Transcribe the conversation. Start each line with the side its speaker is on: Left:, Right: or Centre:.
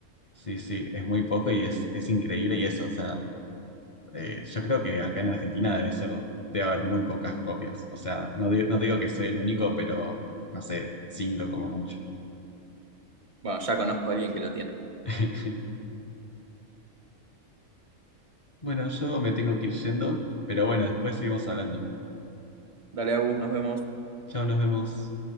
Left: Sí, sí, es muy poco y es, es increíble y eso, o sea, eh, yo creo que acá en Argentina debe ser, debe haber muy pocas copias. O sea, no, di- no digo que soy el único, pero no sé, cinco como mucho.
Right: Bueno, ya conozco a alguien que lo tiene.
Left: <laughs> Bueno, yo me tengo que ir yendo, pero bueno, después seguimos hablando.
Right: Dale, Agus, nos vemos.
Left: Chao, nos vemos.